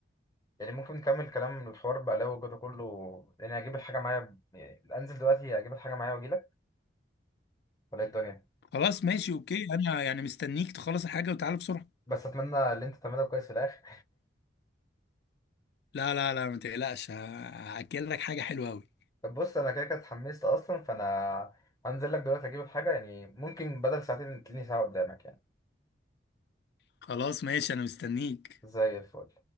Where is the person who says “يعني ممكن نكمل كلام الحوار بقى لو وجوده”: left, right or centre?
Left